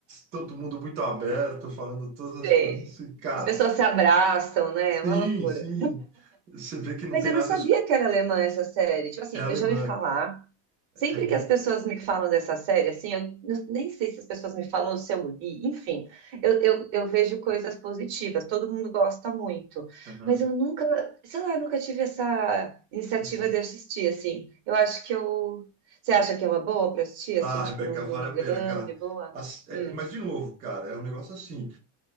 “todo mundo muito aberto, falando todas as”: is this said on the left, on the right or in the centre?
Right